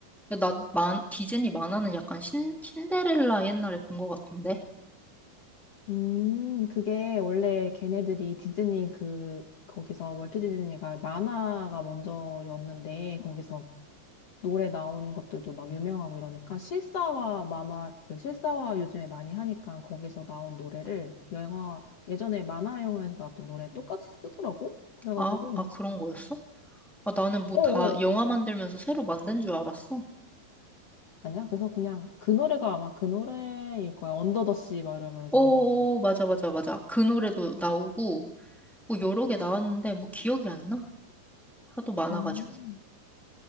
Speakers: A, in the centre; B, on the left.
A: 야, 나, 만, 디즈니 만화는 약간 신, 신데렐라 옛날에 본 거 같은데?
B: 음, 그게 원래 걔네들이 디즈니 그, 거기서 월트 디즈니가 만화가 먼저였는데, 거기서 노래 나온 것들도 막 유명하고 이러니까, 실사화 만화, 그 실사화 요즘에 많이 하니까 거기서 나온 노래를 영화, 예전에 만화 영화에서 나왔던 노래 똑같이 쓰더라고? 그래가지고,
A: 아, 아, 그런 거였어? 아, 나는 뭐
B: 어어,
A: 다 영화 만들면서 새로 만든 줄 알았어.
B: 아니야? 그래서 그냥 그 노래가 아마 그 노래일 거야. 언더 더 씨 막 이러면서.
A: 오, 맞아, 맞아, 맞아. 그 노래도 나오고, 뭐 여러 개 나왔는데 뭐 기억이 안 나? 하도 많아가지고.
B: 음.